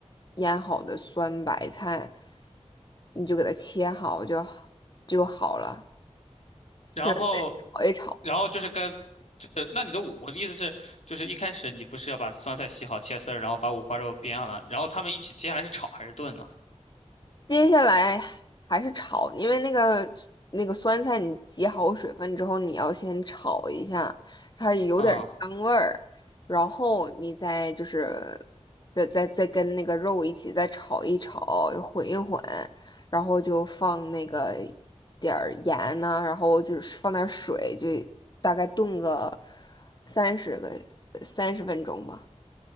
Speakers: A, on the left; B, on the left.
A: 腌好的酸白菜，你就给它切好就就好了，
B: 然后，
A: 然后炒一炒。
B: 然后就是跟，就是那你的五，我的意思是，就是一开始你不是要把酸菜洗好切丝儿，然后把五花肉煸了，然后他们一起，接下来是炒还是炖呢？
A: 接下来还是炒，因为那个那个酸菜，你挤好水分之后，你要先炒一下，它有点儿香味儿，
B: 啊、
A: 然后你再就是再再再跟那个肉一起再炒一炒，混一混，然后就放那个点儿盐呐、然后就是放点儿水，就大概炖个三十个三十分钟吧。